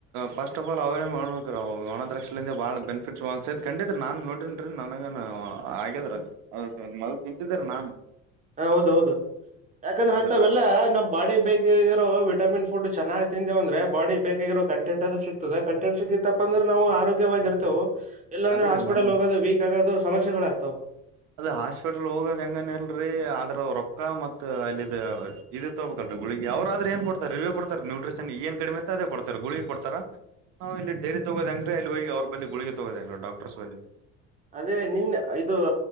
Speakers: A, on the right; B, on the right.
A: ಫಸ್ಟ್ ಆಫ್ ಆಲ್ ಅವ್ರೇನ್ ಮಾಡ್ಬೇಕ ಅವ ಒಣದ್ರಕ್ಷಿಂದ ಬಾಳ ಬೆನಿಫಿಟ್ಸ್ಸ್ ಕಂಡಿದತ್ೀ ನಾನ್ ನೋಡಿನನ್ ರೀ. ನನಗ ಆಗ್ಯದ್ರ ಮೊದ ತಿಂತಿದ್ರ ನಾನನ್.
B: ಹಾ ಹೌದ ಹೌದು. ಯಾಕಂದ್ರೆ
A: ಆದ್ರ
B: ಅಂತವೆೆಲ್ಲ ನಮ್ ಬಾಡಿ ಬೇಕಗ ಇರೋ ವಿಟಮಿನ್ ಫುಡ್ ಚೆನ್ನ. ಅಂದ್ರೆ ಬಾಡಿ ಬೇಕಾಗಿರೋ ಕಂಟೆಂಟ್ ಅದು ಸಿಗ್ತದೆ ಕಂಟೆಂಟ್ ಸಿಗಿತಪ್ಪಂದ್ರೆ ನಾವು ಆರೋಗ್ಯವಾಗಿರ್ತವೆ. ಇಲ್ಲಾಂದ್ರೆ
A: ಅದೇ ರೀ
B: ಹಾಸ್ಪಿಟಲ್
A: ನಮಗ್
B: ಹೋಗೋದು ವೀಕ್ ಆಗೋದು ಸಮಸ್ಯಗಳಾಗಗ್ತ್.
A: ಅದ ಹಾಸ್ಪಿಟಲ್ ಹೋಗೋದ್ ಹೆಂಗನ ಇಲ್ರಿ ಅದ್ರ ರೊಕ್ಕ ಮತ್ ಅಲ್ಲಿ ಇದದು ತೋಲ್. ುಗ್ಿಗೆ ಅವ್ರ್ರ ನ್ ಕೊಡ್ತಾರೆ ವ ಕೊಡ್ತಾರೆನ್ೂಟ್ರಿಷನ್ ಏನ್ ಕಡಿಮೆ ಅೇ ಕೊಡ್ತಾರೆ ಗುಳಿಗೆ ಕೊಡ್ತಾರ ನಾವು ಇಲ್ಲಿ ಡಲಿ ತಗೋದ ಅಂಗ್ರೀ ಇಲ್ಲಿ ಹೋಗಿ ಅವ್ರ ಬ ಗುಳಿಗೆ ತಗೋದ ಅಂಗ್ರ ಡಕ್ಟರ್ಸ್ ಬಲ್ಲಿ
B: ಅದೇ ನಿನ್ ಇದು